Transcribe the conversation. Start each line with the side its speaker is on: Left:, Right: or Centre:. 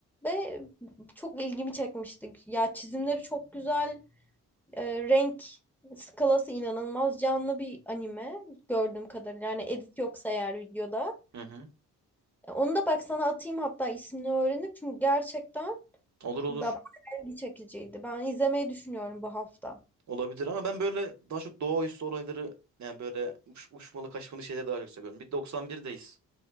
Centre: ve çok ilgimi çekmişti. Ya çizimleri çok güzel, e, renk skalası inanılmaz canlı bir anime gördüğüm kadarıyla. Yani edit yoksa eğer videoda.
Right: Hı hı.
Centre: E, Onu da bak sana atayım hatta ismini öğrenip çünkü gerçekten
Right: Olur olur.
Centre: ba- bayağı ilgi çekiciydi. Ben izlemeyi düşünüyorum bu hafta.
Right: Olabilir ama ben böyle daha çok doğaüstü olayları yani böyle uç- uçmalı kaçmalı şeyleri daha çok seviyorum. Bir 91'deyiz.